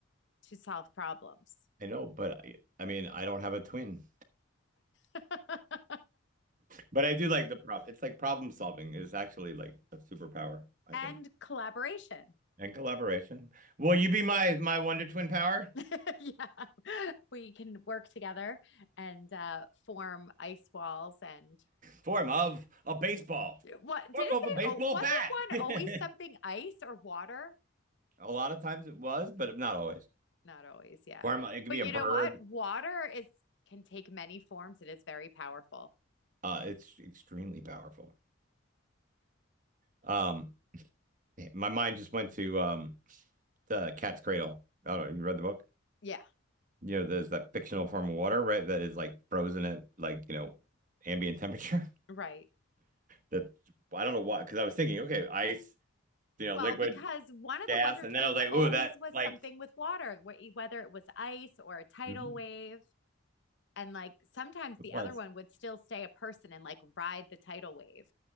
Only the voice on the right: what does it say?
I know, but I, I mean, I don't have a twin.
But I do like the prop. It's like problem solving is actually like a superpower, I
think.
And collaboration. Will you be my my Wonder Twin power?
Form of a baseball.
Form
of
a baseball
bat.
<laughs>
A lot of times it was, but not always.
Form, it could
be
a bird.
Uh, it's extremely powerful. Um, eh, my mind just went to um, the Cat's Cradle. I don't know. You read the book?
You know, there's that fictional form of water, right? That is like frozen at like you know ambient temperature. <laughs>
That I don't know why, because I was thinking, okay, ice, you know,
liquid,
gas,
and
then I was like, ooh,
that
like
Mhm.
It
was.